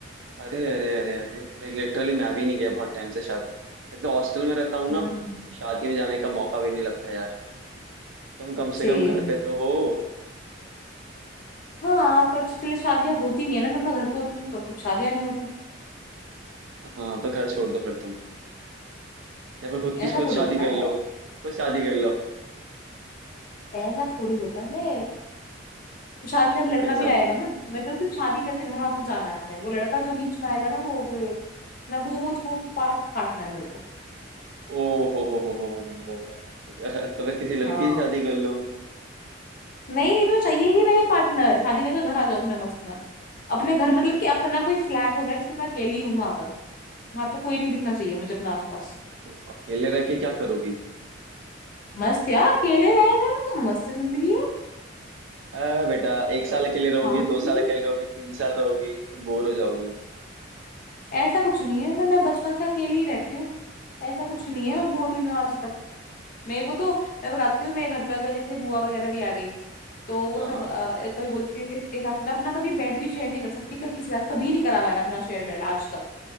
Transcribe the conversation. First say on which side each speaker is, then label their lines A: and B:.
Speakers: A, on the right; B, on the left.
A: अरे अरे अरे अरे लाइक लिटरली मैं भी नहीं गया बहुत टाइम से शादी एक तो हॉस्टल में रहता हूँ
B: हम्म
A: ना तो शादी में जाने का मौका भी नहीं लगता यार तुम कम से
B: सेम
A: कम घर पे तो हो
B: हाँ पर इसलिए शादियां होती नहीं है ना जब मैं घर पे होती हूँ तो तब शादियां नहीं होती
A: हाँ तो घर छोड़ दो फिर तुम या फिर खुद
B: ऐसा
A: की खुद
B: थोड़ी
A: शादी
B: होता
A: कर
B: है
A: लो खुद शादी कर लो
B: ऐसा थोड़ी होता है तो शादी का
A: फिर
B: लड़का
A: कैसा
B: भी
A: होता
B: आएगा
A: है?
B: ना मैं कहती हूँ शादी करके घर वापस जाना है अपने वो लड़का जो बीच में आएगा ना वो वो- ना वो वो वो पार्ट काटना है मेरे को
A: ओ हो हो हो हो हो हो हो। तो फिर किसी
B: हाँ
A: लड़की से शादी कर लो
B: नहीं मैं चाहिए ही नहीं पार्टनर शादी करके घर आ जाओ अपने मस्त में अपने घर मतलब कि अपना कोई फ्लैट होगा जिसमें मैं अकेली हूँ वहां पर वहां पे कोई नहीं दिखना चाहिए मुझे अपने आसपास
A: तो अकेले रह के क्या करोगी
B: मस्त यार अकेले रह रहे में तो मस्त जिंदगी है
A: आ बेटा एक साल अकेले रहोगी
B: पागल जिंदगी
A: दो साल अकेले रहोगी तीन साल रहोगी फिर बोर हो जाओगी
B: है। ऐसा कुछ नहीं है ना मैं बचपन से अकेली ही रहती हूँ ऐसा कुछ नहीं है मैं बोर हुई हूँ आज तक मेरे को तो मैं बताती हूँ मेरे घर पे अगर जैसे बुआ वगैरह भी आ गई तो वो
A: हाँ
B: सब
A: हाँ
B: अ, कभी बोलते हैं कि इसके साथ मैं अपना कभी बेड भी शेयर नहीं कर सकती क- किसी के साथ कभी नहीं करा मैंने अपना शेयर बेड आज तक